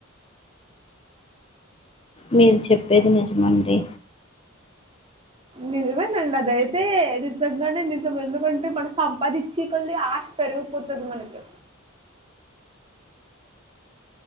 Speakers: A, on the left; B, on the right.
A: మీరు చెప్పేది నిజమండి
B: నిజమేనండి అదయితే నిజంగానే నిజం ఎందుకంటే మనం సంపాదించే కొలది ఆశ పెరిగిపోతది మనకి